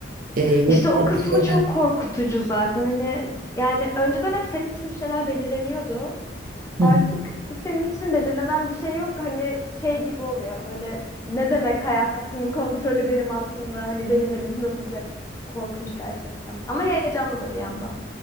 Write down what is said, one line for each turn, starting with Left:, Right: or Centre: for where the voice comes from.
Right: e, yapacağım
Left: İşte o kısmı
Right: şeyler-
Left: çok korkutucu zaten. Hani yani önceden hep senin için bir şeyler belirleniyordu.
Right: Hı
Left: Artık
Right: hı.
Left: senin için belirlenen bir şey yok. Hani şey gibi oluyor böyle ne demek hayatımın kontrolü benim altımda. Hani benim elimde olacak. Korkunç gerçekten. Ama heyecanlı da bir yandan.